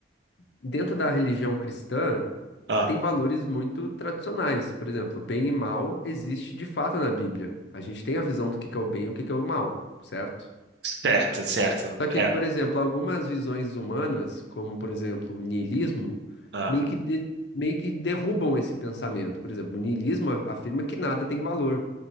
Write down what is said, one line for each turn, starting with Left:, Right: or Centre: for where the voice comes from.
Left: dentro da religião cristã
Right: Ah,
Left: tem valores muito tradicionais. Por exemplo, bem e mal existe de fato na Bíblia. A gente tem a visão do que que é o bem e o que que é o mal, certo?
Right: certo, certo.
Left: Só que,
Right: É.
Left: por exemplo, algumas visões humanas, como por exemplo o niilismo,
Right: Ah,
Left: meio que, de- meio que derrubam esse pensamento. Por exemplo, o niilismo a- afirma que nada tem valor